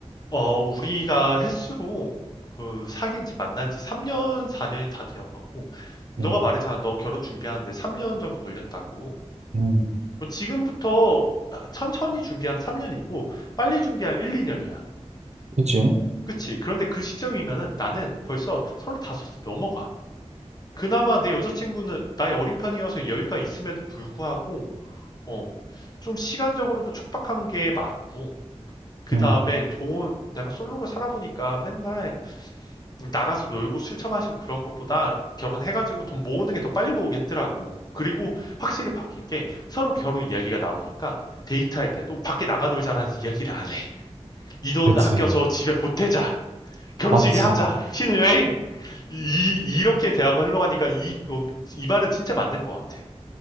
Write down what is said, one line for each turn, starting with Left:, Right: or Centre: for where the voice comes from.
Left: 어, 우리가 횟수로 그 사귄 지 만난 지 3년, 4년이 다 되어 가고, 너가
Right: 음,
Left: 말했잖아. 너 결혼 준비하는데 3년 정도 걸렸다고.
Right: 음,
Left: 뭐 지금부터 아, 천천히 준비하면 3년이고, 빨리 준비하면 1, 2년이야.
Right: 그치?
Left: 그치? 그런데 그 시점이면은 나는 벌써 35세 넘어가. 그나마 내 여자친구는 나이 어린 편이어서 여유가 있음에도 불구하고, 어, 좀 시간적으로도 촉박한 게 맞고, 그
Right: 음,
Left: 다음에 돈, 내가 솔로로 살아보니까 맨날 음 나가서 놀고 술 처마시고 그런 것보다 결혼해 가지고 돈 모으는 게 더 빨리 모으겠더라고. 그리고 확실히 바뀐 게 서로 결혼 이야기가 나오니까 데이트할 때도 "밖에 나가 놀자."라는 <laughs> 이야기를 안 해. "이 돈
Right: 그치.
Left: 아껴서 집에 보태자. 결혼식에
Right: 맞지.
Left: 하자. 신혼여행." 이 이렇게 대화가 흘러가니까 이 어 이 말은 진짜 맞는 것 같아.